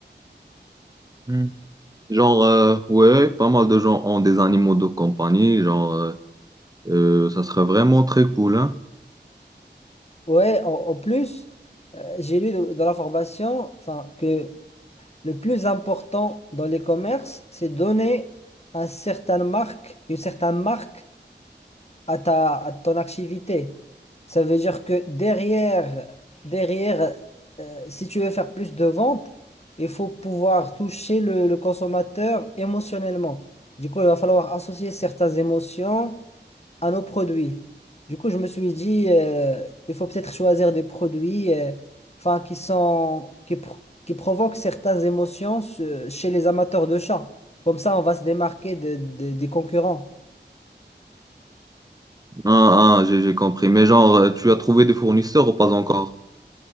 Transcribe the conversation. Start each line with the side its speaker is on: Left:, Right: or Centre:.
Right: Hmm. Genre, euh, ouais, pas mal de gens ont des animaux de compagnie. Genre, euh, euh, ça serait vraiment très cool, hein.
Left: Ouais, en, en plus, euh, j'ai lu de- dans la formation, enfin, que le plus important dans les commerces, c'est donner un certain marque, une certaine marque à ta, à ton activité. Ça veut dire que derrière, derrière, euh, si tu veux faire plus de ventes, il faut pouvoir toucher le, le consommateur émotionnellement. Du coup, il va falloir associer certaines émotions à nos produits. Du coup, je me suis dit, euh, il faut peut-être choisir des produits, euh, enfin, qui sont, qui, pro- qui provoquent certaines émotions euh, chez les amateurs de chats. Comme ça, on va se démarquer de- de- des concurrents.
Right: Ah, ah, j'ai j'ai compris. Mais genre, euh, tu as trouvé des fournisseurs ou pas encore?